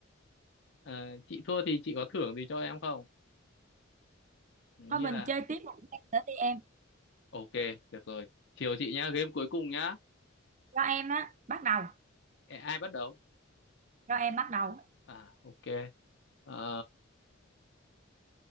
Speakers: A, on the left; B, on the right.
A: ờ, chị thua thì chị có thưởng gì cho em không như
B: thôi mình
A: là
B: chơi tiếp một game nữa đi em
A: ok được rồi chiều chị nhá game cuối cùng nhá
B: cho em á bắt đầu
A: Ê, ai bắt đầu
B: cho em bắt đầu
A: à ok Ờ,